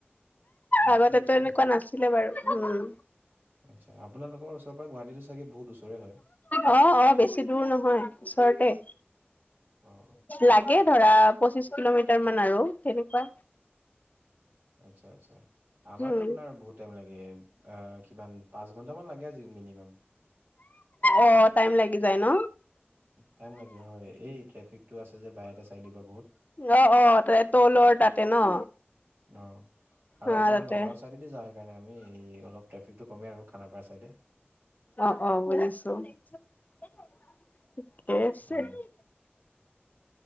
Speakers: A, on the right (about 60°); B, on the left (about 40°).
A: আচ্ছা
B: আগতেতো
A: আচ্ছা
B: এনেকুৱা নাছিলে বাৰু উম
A: আচ্ছা আপালোকৰ ওচৰ পৰা গাহীতটো চাগ বহুত ওচৰে হয়
B: অ অ বেছি দূৰ নহয় ওচৰতে
A: অ
B: লাগে ধৰা পঁচিশ কিলোমিটাৰ মান আৰু তেেনেকুৱা
A: আচ্ছা আচ্ছা আমাৰতো
B: উম
A: আপোনাৰ ভত তেওঁলাগে কিমান পাঁচ ঘণ্টামান লাগে আজি মিনিমাম
B: অ টাইম লাগি যায় ন
A: টাইম লাগে হয়। এই ট্ৰেফিকতটো আছে যে বায় এটা চাই দিবা বহুত
B: অ', অ', তাৰে তলৰ তাতে ন।
A: অ, আৰু
B: অ
A: আপোনাৰ
B: তাতে
A: নগাঁও চাইদ দি যাওঁ সেইকাৰণে আমি অলপট্ৰেফিক টো কম আৰু খানাপাৰা চাইডে।
B: অ', অ', বজিছো <unintelligible>
A: হয়